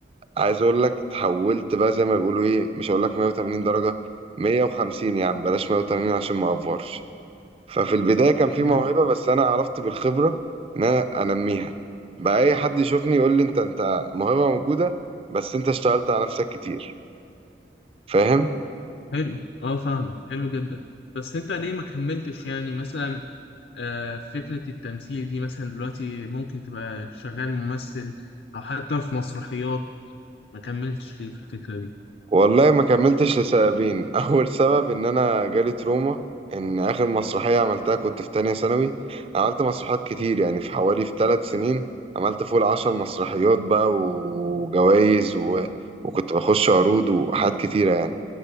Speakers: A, on the right; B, on the left.
A: عايز اقول لك تحولت بقى زي ما بيقولوا ايه مش هقول لك 180 درجه 150 يا عم بلاش 180 عشان ما افورش ففي البدايه كان في
B: مم.
A: موهبه بس انا عرفت بالخبره ان انا انميها بقى اي حد يشوفني يقول لي انت انت موهبه موجوده بس انت اشتغلت على نفسك كتير فاهم
B: حلو اه فاهمك حلو جدا بس انت ليه ما كملتش يعني مثلا آه فكرة التمثيل دي مثلا دلوقتي ممكن تبقى شغال ممثل او حتى في مسرحيات ما كملتش ليه في الفكرة دي
A: والله ما كملتش لسببين <laughs> اول سبب ان انا جالي تروما ان اخر مسرحيه عملتها كنت في تانية ثانوي عملت مسرحيات كتير يعني في حوالي في ثلاث سنين عملت فوق العشر مسرحيات بقى وجوائز و... وكنت بخش عروض وحاجات كتيره يعني